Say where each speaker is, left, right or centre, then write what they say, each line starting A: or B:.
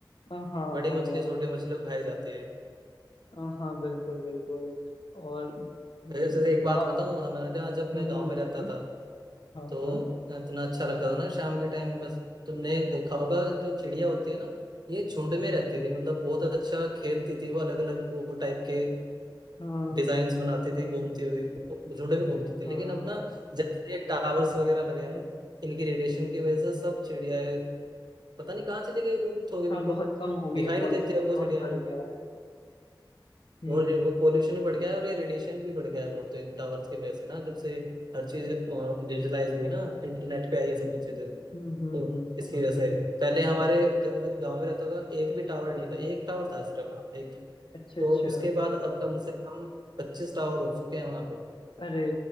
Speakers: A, on the left (about 80°); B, on the right (about 60°).
A: अ, हाँ
B: बड़ी
A: हाँ
B: मछली
A: यार
B: छोटी मछली को खाई जाती है
A: अ, हाँ बिल्कुल बिल्कुल और गाँव
B: जैसे एक बात बताऊं हमारे यहाँ जब मैं
A: हम्म
B: गाँव
A: हम्म,
B: में
A: बताइए
B: रहता था
A: हाँ
B: तो
A: हाँ
B: इतना अच्छा लगता था ना शाम के टाइम बस तुमने देखा होगा जो चिड़िया होती है ना ये झुंड
A: हाँ हाँ
B: में रहती थी मतलब बहुत अच्छा खेलती थी वो अलग अलग वो टाइप के
A: हाँ
B: डिजाइन बनाती थी घूमती हुई वो झुंड में घूमती
A: अरे
B: थी
A: हाँ
B: लेकिन अब ना जब से ये टावर्स वगैरह लगे हैं ना इनकी रेडिएशन की वजह से सब चिड़ियाएं पता नहीं कहाँ चली गई लुप्त हो गई बिल्कुल
A: हाँ बहुत कम हो गई
B: दिखाई
A: है पॉल्यूशन
B: नहीं देती अब
A: भी
B: वो
A: बहुत
B: चिड़िया
A: बढ़
B: ना
A: गया है हम्म
B: और ये वो पोल्यूशन भी बढ़ गया है और ये रेडिएशन भी बढ़ गया है बहुत इन टावर्स की वजह से ना जब से हर चीज डिजिटलाइज हुई ना इंटरनेट पे आई है सब कुछ चीजें
A: हम्म
B: तो
A: हम्म हम्म,
B: इसकी
A: हाँ
B: वजह
A: हाँ
B: से पहले हमारे जब मैं गांव में रहता था एक भी टावर
A: हाँ
B: नहीं था
A: हाँ
B: एक टावर था सिर्फ हाँ, एक
A: अच्छा
B: तो
A: अच्छा
B: उसके बाद अब कम से कम पच्चीस टावर हो चुके हैं वहां पे
A: अरे